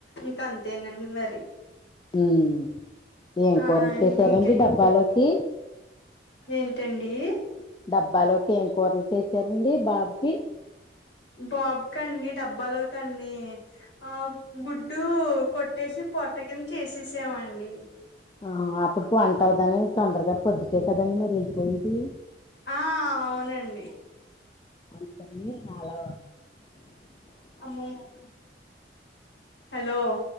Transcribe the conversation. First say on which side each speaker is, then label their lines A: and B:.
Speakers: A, on the left; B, on the left.
A: ఇంక అంతేనండి మరి.
B: మ్ ఏం
A: ఆ
B: కూరలు చేసారండీ
A: ఇంకే
B: డబ్బాలోకి?
A: ఏంటండి
B: డబ్బాలోకి ఏం కూరలు చేసారండి బాబుకి?
A: బాబుకండి డబ్బాలోకండి ఆ గుడ్డు కొట్ ట్టేసి పొరట్ట కింద చేసేసామండి.
B: ఆహ అప్పటికి వంట అవదని తొందరగా పొద్దుటే కదండి మరి వెళ్లిపోయేది?
A: ఆ అవునండి.
B: అందుకని నాలో
A: అమ్మమ్మకా హలో